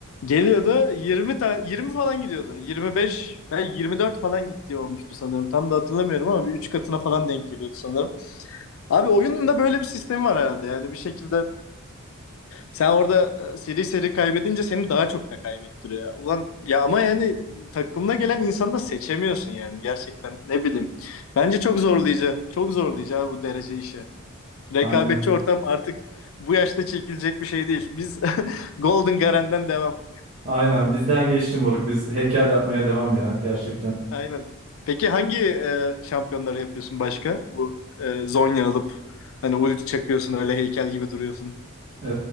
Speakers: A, on the left (about 70°); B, on the right (about 35°).
A: Geliyordu Yirmi ta 20 falan gidiyordu. 25 ve 24 falan gittiği olmuştu sanırım. Tam da hatırlamıyorum ama bir 3 katına falan denk geliyordu sanırım. Abi oyunun da böyle bir sistemi var herhalde. Yani bir şekilde Sen orada e, seri seri kaybedince seni daha çok da kaybettiriyor. Ulan ya ama yani takımına gelen insanı da seçemiyorsun yani gerçekten ne bileyim. Bence çok zorlayıcı. Çok zorlayıcı abi bu derece işi. Rekabetçi
B: Aynen.
A: ortam artık bu yaşta çekilecek bir şey değil. Biz <laughs> Golden Garen'den devam.
B: Aynen bizden geçti moruk. Biz heykel yapmaya devam ya gerçekten.
A: Aynen. Peki hangi e, şampiyonları yapıyorsun başka? Bu e, Zonya alıp hani ulti çakıyorsun öyle heykel gibi duruyorsun.
B: Ee,